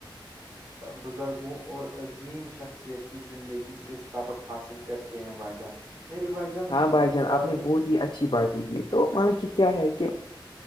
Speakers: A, on the right; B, on the left.
A: بزرگوں اور عظیم شخصیت کی زندگی سے سبق حاصل کرتے ہیں بھائی جان میری بھائی جان
B: ہاں بھائی
A: کتا
B: آپ نے بہت اچھی بات ہے تو مل کہ کیا ہے کہ